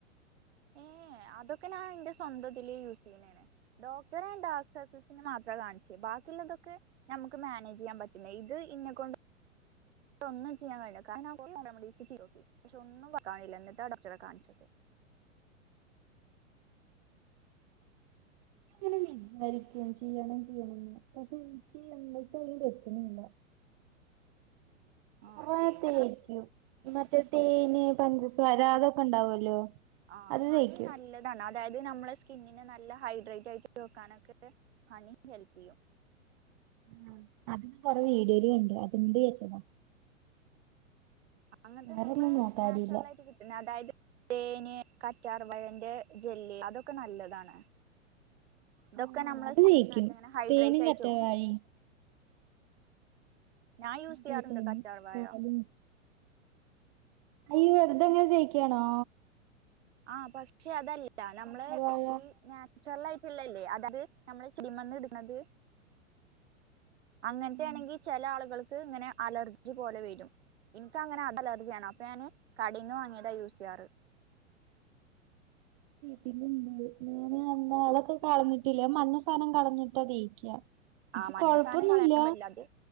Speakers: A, on the right; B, on the right.
A: ഏ അതൊക്കെ ഞാൻ എന്റെ സ്വന്തതിൽ യൂസ് ചെയ്യുന്നതാണ്. ഡോക്ടറെ ഡാക്ക് സർക്കിൾസ്ന് മാത്ര കാണിചെ ബാക്കിയുള്ളതൊക്കെ ഞമ്മക്ക് മാനേജ് ചെയ്യാൻ പറ്റില്ല ഇത് ഇന്നെക്കൊണ്ട് പക്ഷൊന്നും ചെയ്യാൻ കഴില്ല കാരണം ഞാൻ കൊറേ ഹോം റെമഡീസ് ചെയ്തു നോക്കി പക്ഷേ ഒന്നും വർക്കാവനില്ല എന്നിട്ടാ ഡോക്ടറെ കാണിച്ചത്. <inaudible>
B: ങ്ങനെ വിചാരിക്കും ചെയ്യണം ചെയ്യണംന്ന് പക്ഷെ എനിക്ക് എന്നിട്ട അതിന്റെ എത്തനല്ല.
A: ആ
B: കൊറേ
A: ചെയ്ത
B: തേക്കൂ മറ്റേ തേന് പഞ്ചസാര അതൊക്കെ ഉണ്ടാവല്ലോ?
A: ആഹ്
B: അത്
A: ഹണി
B: തേക്കും
A: നല്ലത്. അതായത് നമ്മളസ്കിന്നിനന് നല്ല ഹൈഡ്രേറ്റ് ആയിട്ട് വെക്കാനൊക്കെ പണി ഹെൽപ് ചെയ്യും.
B: ഉം അതി കൊറെ വീഡിയോല് കണ്ട് അതുകൊണ്ടയ്തതാ
A: അങ്ങനത്തെ
B: വേറൊന്നും
A: നമ്മള്
B: നോക്കാറില്ല
A: നാച്ചുറൽ ആയിട്ട് കിട്ടുന്നത് അതായത് തേന് കറ്റാർ വാഴന്റെ ജെല്ല് അതൊക്കെ നല്ലതാണ്. തൊക്കെ
B: ആഹ്
A: നമ്മളെ
B: അത്
A: സ്കിന്ന്
B: തേക്കും
A: നല്ലങ്ങനെ ഹൈഡ്രേറ്റ്
B: തേനും
A: ആയിട്ട്
B: കറ്റാർവാഴയും
A: വെക്കും ഞാൻ യൂസ് ചെയ്യാറുണ്ട്
B: തേച്ചായിരുന്നു
A: കറ്റാർ വായ
B: പാലും ഏയ് യവെറുതെങ്ങനെ തേക്കാണോ?
A: ആഹ് പക്ഷെ അതല്ല നമ്മള്
B: കറ്റാർവാഴ
A: ഈ നാ ച്ചുറൽ ആയിട്ടില്ലല്ലേ അതത് നമ്മള് ചെടിമന്ന് ഇടുന്നത് അങ്ങനത്തെ
B: ആഹ്
A: ആണെങ്കി ചെല ആളുകൾക്ക് ഇങ്ങനെ അലർജി പോലെ വരും. ഇനിക്ക അങ്ങനെ അത് അലർജിയണ് അപ്പൊ ഞാന് കടയിൽന്ന് വാങ്ങിയതാ യൂസ് ചെയ്യാറ്. <inaudible>
B: പിന്ന ഞാന് അന്ന് അതൊക്കെ കളഞ്ഞിട്ടില്ല മഞ്ഞ സാനം കളഞ്ഞിട്ട തേക്ക എനിക്ക്
A: ആഹ് മഞ്ഞ
B: കൊഴപ്പൊന്നുല്ല
A: സാനം കളയാൻ പറ്റില്ല